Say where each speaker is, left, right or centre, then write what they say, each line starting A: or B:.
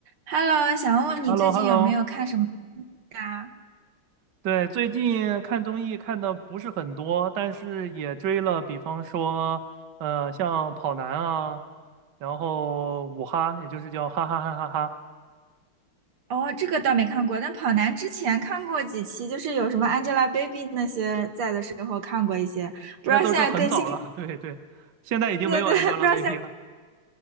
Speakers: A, on the right; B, on the right.
A: Hello，想问问你最近有没有看什么
B: h e l l o h e l l o
A: 啊？
B: 对，最近看综艺看的不是很多，但是也追了，比方说，呃，像跑男啊，然后五哈，也就是叫哈哈哈哈哈，
A: 哦，这个倒没看过，但跑男之前看过几期，就是有什么 Angelababy 那些在的时候看过一些，不知道现在更新，
B: 那都是很早了，
A: <laughs>
B: 对对，现在已经没有
A: 对对，
B: Angelababy
A: 不知道现在
B: 了。